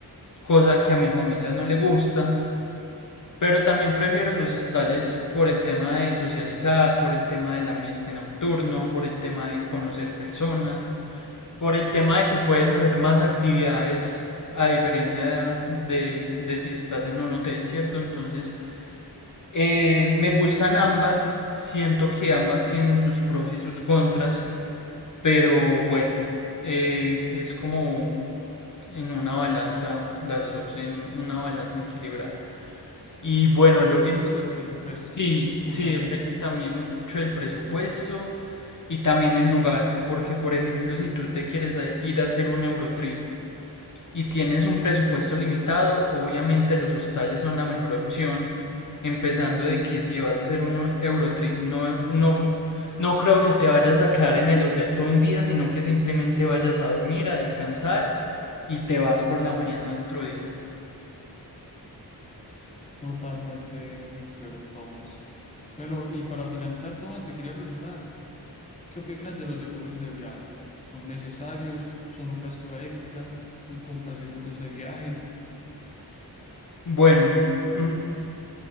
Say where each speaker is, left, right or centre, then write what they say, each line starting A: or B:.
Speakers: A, on the left; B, on the left.
A: cosa que a mi familia no le gusta. Pero también prefiero los hostales por el tema de socializar, por el tema del ambiente nocturno, por el tema de conocer personas. Por el tema de que puedes hacer más actividades a diferencia de, de si estás en un hotel, ¿cierto? Entonces, eh, me gustan ambas, siento que ambas tienen sus pros y sus contras, pero bueno, eh, es como en una balanza, las dos, en una balanza equilibrada. Y bueno,
B: Depende
A: Lorenzo,
B: mucho del presupuesto,
A: sí,
B: totalmente,
A: sí, depende también mucho del presupuesto y también el lugar, porque por ejemplo, si tú te quieres a- ir a hacer un Eurotrip, y tienes un presupuesto limitado, obviamente los hostales son la mejor opción, empezando de que si vas a hacer un Eurotrip, no, no, no creo que te vayas a quedar en el hotel todo un día, sino que simplemente vayas a dormir, a descansar y te vas por la mañana al otro día.
B: totalmente de acuerdo, Tomás. Bueno, y para finalizar, Tomás, te quería preguntar, ¿qué opinas de los seguros de viaje? ¿Son necesarios? ¿Son un gasto extra? ¿Tú compras seguros de viaje?
A: Bueno, mm,